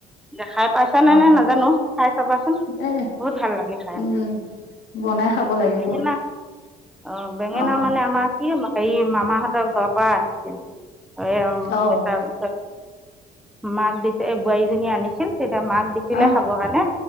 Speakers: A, in the centre; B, on the left.
A: দেখাই পাইছা নে
B: অ
A: নাই নাজানো, খাই চাবাচোন।
B: এ
A: বহুত ভাল লাগে খাই
B: উম বনাই খাব লাগিব
A: বেঙেনা অ বেঙেনা
B: অ
A: মানে আমাৰ কি হেৰি মামাহঁতৰ ঘৰৰ পৰা আনিছিল এাৰ
B: অ
A: পিছত মাক দিছে এই বোৱাৰীজনী আনিছে ছিল তেতিয়া মাক দিছিলে
B: অ
A: খাব কাৰণে